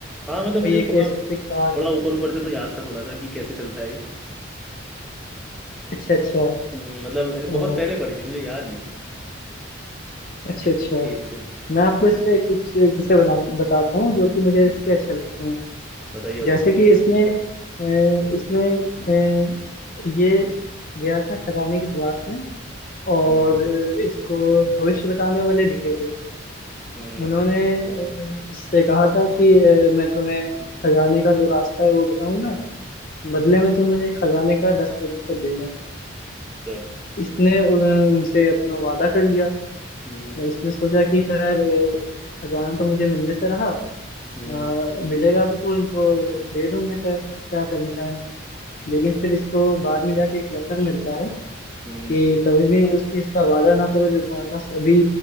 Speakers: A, in the centre; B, on the left.
A: हाँ मतलब
B: कोई
A: मुझे
B: एक
A: थोड़ा
B: स्पेसिफिक पार्ट
A: थोड़ा ऊपर ऊपर से तो याद था थोड़ा सा कि कैसे चलता है
B: अच्छा अच्छा
A: हम्म, मतलब ए,
B: ओ
A: बहुत पहले पढ़ी थी मुझे याद नहीं
B: अच्छा अच्छा
A: ठीक से
B: मैं आपको इससे कुछ किस्से बना बताता हूँ जो कि मुझे
A: हम्म
B: इसके अच्छे लगते हैं
A: बताइए बताइए
B: जैसे कि इसमें अ, इसमें अ, ये गया था खजाने की तलाश में और
A: हम्म
B: अ, इसको भविष्य बताने वाले दिखे थे
A: हम्म
B: उन्होंने अ, इससे कहा था कि अ, मैं तुम्हें खजाने का जो रास्ता है वो बताऊंगा बदले में तुम मुझे खजाने का दस प्रतिशत देना
A: अच्छा
B: इसने अ, उनसे अपना वादा कर लिया
A: हम्म
B: इसने सोचा कि खैर अ, खजाना तो मुझे मिलने से रहा अ,
A: हम्म
B: मिलेगा भी तो इनको दे दूंगे खैर क्या करना है लेकिन फिर इसको बाद में जाके एक लेसन मिलता है
A: हम्म,
B: कि कभी भी उस चीज का वादा ना करो जो तुम्हारे पास अभी